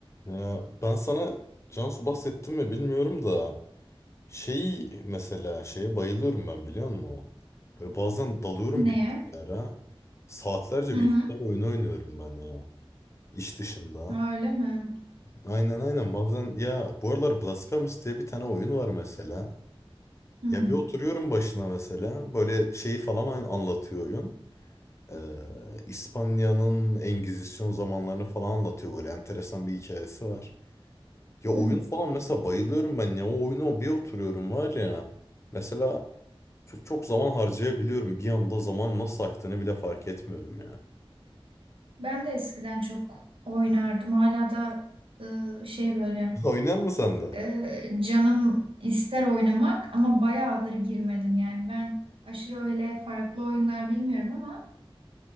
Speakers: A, on the left; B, on the right.
A: Ya ben sana Cansu bahsettim mi bilmiyorum da şey mesela şeye bayılıyorum ben biliyor musun? Böyle bazen dalıyorum
B: Neye?
A: bilgisayara. Saatlerce
B: Hı
A: bilgisayar
B: hı.
A: oyunu oynuyorum ben ya. İş dışında.
B: Öyle mi?
A: Aynen aynen bazen ya bu aralar Blasphemous diye bir tane oyun var mesela.
B: Hı
A: Ya bir oturuyorum başına mesela. Böyle şeyi falan an- anlatıyor oyun. Ee, İspanya'nın Engizisyon zamanlarını falan anlatıyor. Böyle enteresan bir hikayesi var. Ya oyun
B: hı.
A: falan mesela bayılıyorum ben ya. O oyuna bir oturuyorum var ya. Mesela çok, çok zaman harcayabiliyorum. Bir anda zaman nasıl aktığını bile fark etmiyorum ya.
B: Ben de eskiden çok oynardım. Hala da e, şey böyle
A: <laughs> Oynayan mı sen de?
B: e, canım ister oynamak ama bayağıdır girmedim. Yani ben aşırı öyle farklı oyunlar bilmiyorum ama